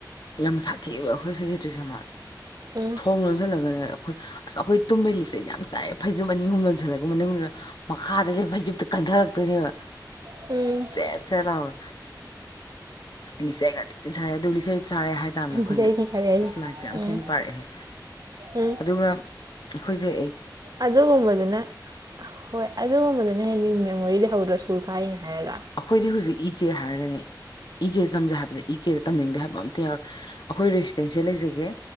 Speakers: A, on the left; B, on the right.
A: ꯌꯥꯝ ꯁꯥꯊꯤꯕ ꯑꯩꯈꯣꯏ ꯁꯦꯀꯦꯇ꯭ꯔꯤꯁꯦ ꯈꯪꯕ꯭ꯔ
B: ꯎꯝ
A: ꯊꯣꯡ ꯂꯣꯟꯁꯤꯜꯂꯒꯅꯦ ꯑꯩꯈꯣꯏ ꯑꯁ ꯑꯩꯈꯣꯏ ꯇꯨꯝꯃꯒꯤ ꯂꯤꯁꯦ ꯑꯩꯗꯤ ꯌꯥꯝ ꯆꯥꯛꯑꯦ ꯐꯩꯖꯨꯞ ꯑꯅꯤ ꯑꯍꯨꯝ ꯂꯣꯟꯁꯤꯜꯂꯒ ꯃꯅꯨꯡꯗꯨ ꯃꯈꯥꯗ ꯂꯩꯕ ꯐꯩꯖꯨꯞꯇ ꯀꯟꯊꯔꯛꯇꯣꯏꯅꯦꯕ
B: ꯎꯝ
A: ꯁꯦꯠ ꯁꯦꯠ ꯂꯥꯎꯅ ꯂꯤꯆꯩꯒ ꯊꯤꯅ ꯁꯔꯦ ꯑꯗꯨ ꯂꯤꯆꯩ ꯆꯥꯔꯦ ꯍꯥꯏꯇꯥꯥꯝꯅꯦ ꯑꯩꯈꯣꯏꯁꯦ
B: ꯏꯁꯩ ꯊꯤ ꯁꯥꯔꯛꯑꯦ ꯍꯥꯏꯁꯦ
A: ꯑꯁ ꯂꯥꯏꯔꯤꯛꯇꯤ ꯌꯥꯝ
B: ꯎꯝ
A: ꯊꯤꯅ ꯄꯥꯔꯛꯑꯦ
B: ꯎꯝ
A: ꯑꯗꯨꯒ ꯑꯩꯈꯣꯏꯖꯦ
B: ꯑꯗꯨꯒꯨꯝꯕꯗꯨꯅ ꯍꯣꯏ ꯑꯗꯨꯒꯨꯝꯕꯗꯨꯅ ꯍꯦꯟꯗꯤ ꯃꯦꯃꯣꯔꯤ ꯂꯩꯍꯧꯗꯔꯣ ꯁ꯭ꯀꯨꯜ ꯀꯥꯔꯤꯅꯦ ꯍꯥꯏꯔꯒ
A: ꯑꯩꯈꯣꯏꯗꯤ ꯍꯧꯖꯤꯛ ꯏ ꯀꯦ ꯍꯥꯏꯔꯒꯅꯦ ꯏ ꯀꯦ ꯇꯝꯖꯦ ꯍꯥꯏꯕꯖꯦ ꯏ ꯀꯦꯗ ꯇꯝꯅꯤꯡꯗꯦ ꯍꯥꯏꯕ ꯑꯝꯇ ꯌꯥꯎꯔꯦ ꯑꯩꯈꯣꯏ ꯔꯤꯛꯁꯅꯤ ꯁꯤꯗ ꯂꯩꯖꯒꯦ